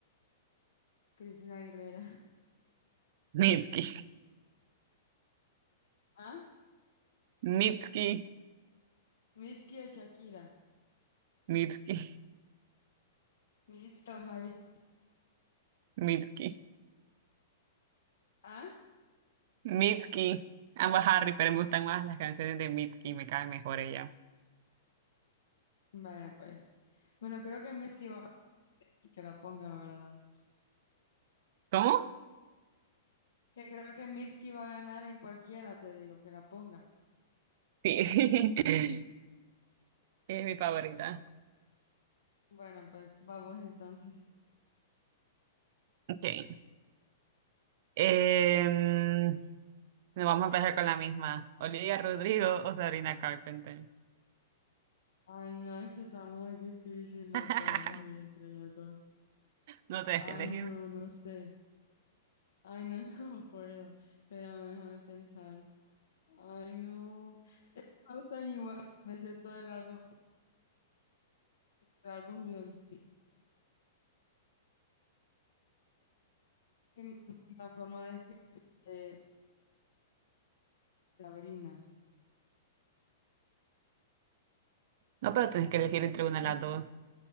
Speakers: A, on the left (about 80°); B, on the right (about 55°).
A: Christina Aguilera.
B: Mitski.
A: ¿Ah?
B: Mitski.
A: Mitski o Shakira.
B: Mitski.
A: Mitski o Harry Styles.
B: Mitski.
A: ¿Ah?
B: Mitski, ambos Harry, pero me gustan más las canciones de Mitski, me cae mejor ella.
A: Vaya pues. Bueno, creo que Mitski va a ganar. Que la ponga, ¿verdad?
B: ¿Cómo?
A: Que creo que Mitski va a ganar en cualquiera, te digo, que la ponga.
B: Sí, <laughs> es mi favorita.
A: Bueno, pues vamos entonces.
B: Okay, Em, nos vamos a empezar con la misma. Olivia Rodrigo o Sabrina Carpenter.
A: Ay, no, es que está muy difícil, no
B: <laughs>
A: puedo elegir entre ellas dos.
B: No tenés
A: Ay,
B: que elegir.
A: no, no sé. Ay, no, <laughs> no puedo. Espérame, déjame pensar. Ay, no. Me gustan igual, me sé todo el álbum, el álbum de Olvido. que me gusta la forma de escribir eh, de Sabrina.
B: No, pero tenés que elegir entre
A: Entonces,
B: una de las dos.